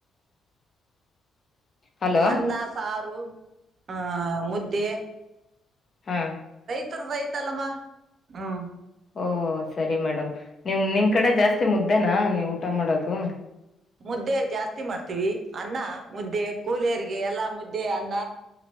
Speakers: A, on the left; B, on the right.
A: ಹಲೋ
B: ಅನ್ನ ಸಾರು ಹ ಮುದ್ದೆ
A: ಹಾ
B: ರ್ಯತಲ್ಲಮ್ಮ ಹ್ಮ
A: ಓಹ ಸರಿ ಮೇಡಮ್ ನಿಮ್ ನಿಮ್ ಕಡೆ ಜಾಸ್ತಿ ಮುದ್ದೇನಾ ನೀವು ಊಟ ಮಾಡೋದು.
B: ಮುದ್ದೆ ಜಾಸ್ತಿ ಮಾಡ್ತೀವಿ ಅನ್ನ ಮುದ್ದೆ ಕೂಲಿಯರಿಗೆ ಎಲ್ಲಾ ಮುದ್ದೆ ಅನ್ನ.